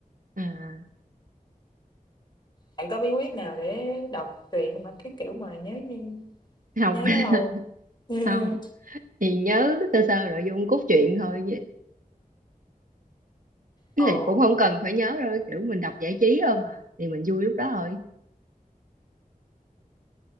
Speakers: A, on the right; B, on the left.
A: à
B: Bạn có bí quyết nào để đọc truyện mà cái kiểu mà nhớ như,
A: không
B: nhớ
A: <laughs>
B: nó lâu không? <laughs>
A: không thì nhớ sơ sơ nội dung cốt truyện thôi chứ
B: Ồ,
A: là cũng không cần phải nhớ đâu kiểu mình đọc giải trí thôi mà thì mình vui lúc đó thôi